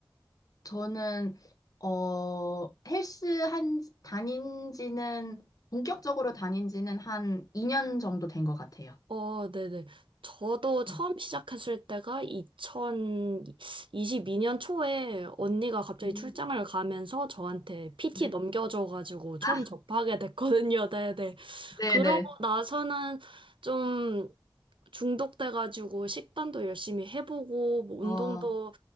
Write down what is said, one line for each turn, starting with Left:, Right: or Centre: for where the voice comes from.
Left: 저는 어 헬스 한 다닌 지는 본격적으로 다닌 지는 한 2년 정도 된 것 같아요.
Right: 어, 네네. 저도 처음
Left: 음.
Right: 시작했을 때가 2022년 초에 언니가 갑자기
Left: 음.
Right: 출장을 가면서 저한테 PT
Left: 네.
Right: 넘겨줘가지고 처음
Left: 아,
Right: 접하게 됐거든요. 네네.
Left: 네네.
Right: 그러고 나서는 좀 중독돼가지고 식단도 열심히 해보고 뭐
Left: 어,
Right: 운동도